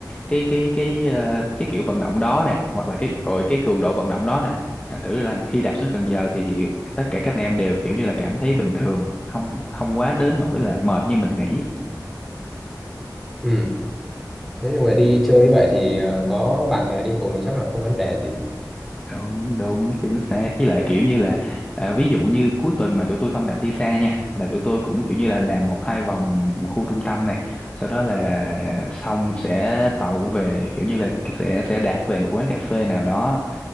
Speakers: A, on the left (about 15°); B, in the centre.
A: cái cái cái ờ, cái kiểu vận động đó này hoặc là cái rồi cái cường độ vận động đó nè thành thử ra mà khi đạp xuống Cần Giờ thì tất cả các anh em đều kiểu như là cảm thấy bình thường không không quá đến nỗi là mệt như mình nghĩ
B: ừ Nếu như mà đi chơi như vậy thì ờ, có bạn bè đi cùng thì chắc là không vấn đề gì.
A: đúng đúng chính xác với lại kiểu như là à, ví dụ như cuối tuần mà tụi tôi không đạp đi xa nha là tụi tôi cũng kiểu như là làm một hai vòng khu trung tâm này sau đó là xong sẽ tậu về kiểu như là sẽ sẽ đạp về một quán cà phê nào đó